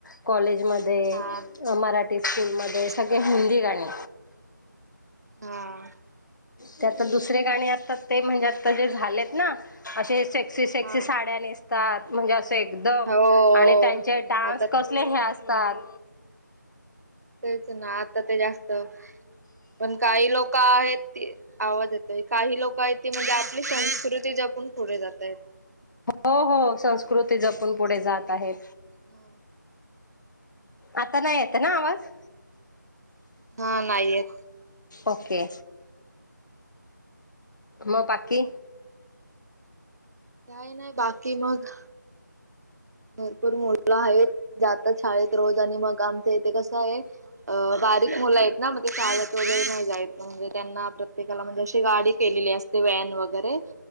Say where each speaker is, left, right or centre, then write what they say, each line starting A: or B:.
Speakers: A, on the left; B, on the right.
A: कॉलेजमध्ये
B: हा
A: मराठी स्कूलमध्ये
B: तेच
A: सगळे हिंदी गाणी
B: हा
A: त्या दुसरे गाणी असतात ते म्हणजे आता जे झालेत ना असे सेक्सी सेक्सी
B: हा
A: साड्या नेस त्यात म्हणजे अस एक दम
B: हो
A: आणि त्याचे डान्स
B: आता
A: कसले सात
B: तेच ना आता ते जास्त पण काही लोक आहेत आवाज येतय काही लोक आहेत त म्हणजे आपली संस्कृती जपून पुढे जात आहेत.
A: हो हो संस्कृती जपून पुढे जात आहे!
B: हम
A: आता नाही येत ना आवाज
B: हा नाही येत.
A: ओके. म पाकी.
B: काही नाही बाकी मग- भरपूर मुलं आहेत. जात शाळेत रोज आणि मग आमच्या इथे कसं आहे अ बारीक मुलं आहेत, ना मग ते शाळेत वगैरे नाही जायत म्हणजे त्यांना प्रत्येकाला म्हणजे अशी गाडी केलेली असते व्हॅन वगैरे